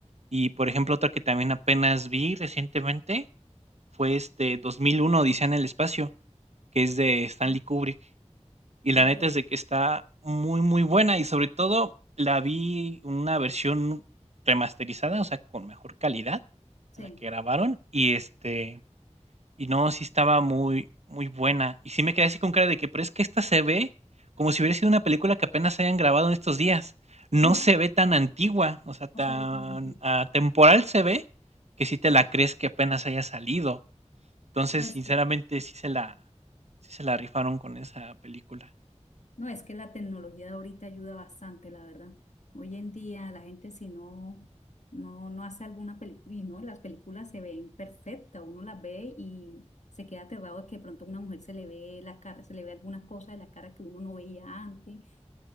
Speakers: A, on the right (about 65°); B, on the left (about 75°).
A: Y, por ejemplo, otra que también apenas vi recientemente fue, este, 2001 Odisea en el espacio, que es de Stanley
B: Ah,
A: Kubrick. Y la
B: inter-
A: neta es de que está muy, muy buena, y sobre todo la vi una versión remasterizada, o sea, con mejor calidad
B: Sí,
A: a la que grabaron, y este, y no, sí estaba muy, muy buena. Y sí me quedé así con cara de que, pero es que esta se ve como si hubiera sido una película que apenas hayan grabado en estos días. No
B: sí.
A: se ve tan antigua, o sea, tan
B: No se ve tan antiguo.
A: atemporal se ve que si te la crees que apenas haya salido. Entonces,
B: No es
A: sinceramente,
B: que,
A: sí se la, sí se la rifaron con esa película.
B: no, es que la tecnología de ahorita ayuda bastante, la verdad. Hoy en día la gente si no, no, no hace alguna película, y no, las películas se ven perfectas, uno las ve y se queda aterrado de que de pronto a una mujer se le ve la cara, se le ve algunas cosas de la cara que uno no veía antes,